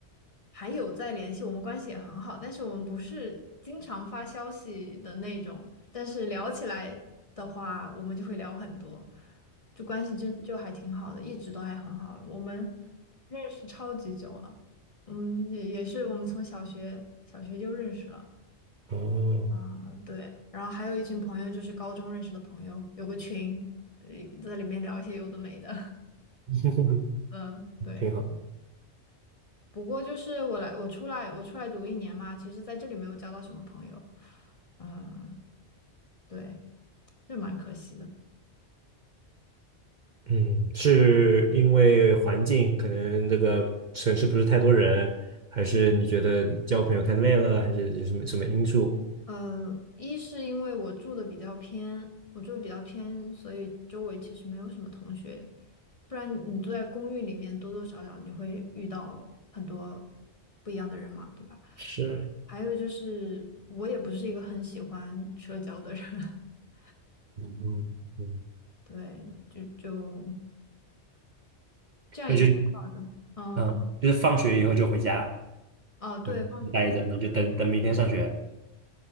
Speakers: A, on the left; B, on the right.
A: 还有在联系，我们关系也很好，但是我们不是经常发消息的那种，但是聊起来的话，我们就会聊很多，就关系真就还挺好的，一直都还很好。我们认识超级久了，嗯，也也是我们从小学小学就认识了，
B: 哦，
A: 嗯，对。然后还有一群朋友，就是高中认识的朋友，有个群，呃在里面聊一些有的没的，
B: <laughs>
A: <laughs> 嗯，对。
B: 挺好。
A: 不过就是我来，我出来，我出来读一年嘛，其实在这里没有交到什么朋友，嗯，对，就蛮可惜的。
B: 嗯，是因为环境，可能这个城市不是太多人，还是你觉得交朋友太累了，还是有什么什么因素？
A: 呃，一是因为我住的比较偏，我住的比较偏，所以周围其实没有什么同学，不然你住在公寓里面，多多少少你会遇到很多不一样的人嘛，对吧？
B: 是，
A: 还有就是我也不是一个很喜欢社交的人，<laughs>
B: 嗯嗯嗯，
A: 对，就就 <tsk> 这样也挺好的，
B: 那就
A: 嗯，
B: 嗯，就是放学以后就回家，
A: 哦，对，
B: 嗯，
A: 放放。
B: 待着，那就等等明天上学。